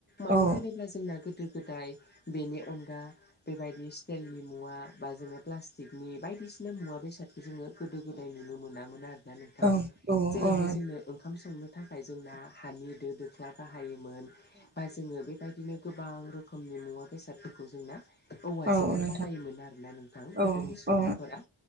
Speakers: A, on the left; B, on the right.
A: मानो
B: औ
A: होनोब्ला जोंना गोदो गोदाय बेनि अनगा बेबायदि स्टिलनि मुवा बा जोङो प्लास्टिक नि बायदिसिना मुवा बेसादखौ जोङो गोदो गोदाय नुनो मोनामोन आरो ना नोंथां।
B: औ औ
A: जेरैहाय
B: औ
A: जोंनो ओंखाम संनो थाखाय जोंना हानि दो दोख्ला बाहायदोंमोन बा जोङो बेबाय दिनो गोबां रोखोमनि मुवा बेसादफोरखौ जोंना औवाजोंनो
B: औ नोंथां
A: बानायोमोन आरोना नोंथां
B: औ
A: गोदोनि सुबुंफोरा
B: औ